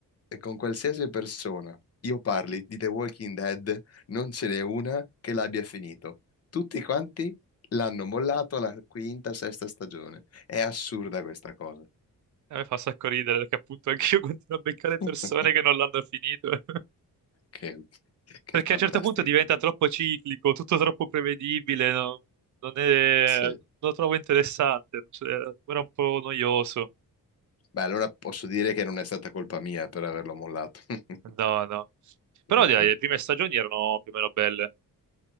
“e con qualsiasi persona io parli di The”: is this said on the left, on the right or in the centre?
Left